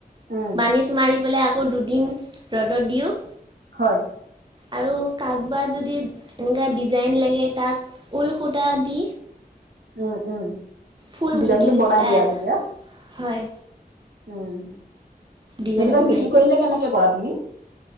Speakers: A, on the right (about 75°); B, on the right (about 30°).
A: উম
B: বানিছ মাৰি পেলাই আকৌ দুদিন ৰ'দত দিওঁ।
A: হয়।
B: আৰু কাকবা যদি, এনেকে ডিজাইন লাগে তাক, ঊল সূতা দি
A: উম, উম।
B: ফুল
A: ডিজাইনটো
B: গুটি
A: বনাই
B: এটা
A: দিয়া তেতিয়া।
B: হয়।
A: উম,
B: ডিজাইন
A: সেইবিলাক
B: বনাই
A: বিক্ৰী কৰিলে
B: দিওঁ
A: কেনেকে কৰা তুমি?